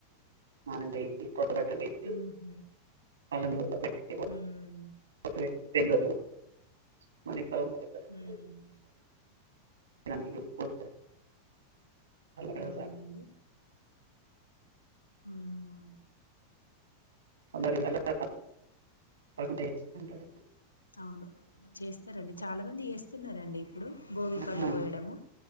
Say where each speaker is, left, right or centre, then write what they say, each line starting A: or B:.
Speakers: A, on the right; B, on the left.
A: మనదేంటి <unintelligible>
B: ఉహు ఉమ్ ఉమ్
A: <unintelligible> <inaudible>
B: అవునండి <unintelligible>
A: <unintelligible>
B: అవును చేస్తారండి చాలా మంది ఏస్తున్నారండి ఇప్పుడు భోగిపళ్ళు
A: ఆ,
B: పోయడము